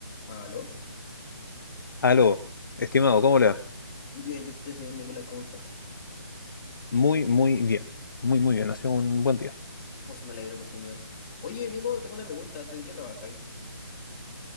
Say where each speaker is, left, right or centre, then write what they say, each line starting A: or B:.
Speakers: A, on the left; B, on the left.
A: ¿Aló?
B: Aló, estimado, ¿cómo le va?
A: Bien, ¿y usted, señor Nicolás, cómo está?
B: Muy, muy bien. Muy, muy bien. Ha sido un buen día.
A: Pues me alegro, pues, señor. Oye, Nico, tengo una pregunta. ¿Tú en qué trabajas ahí?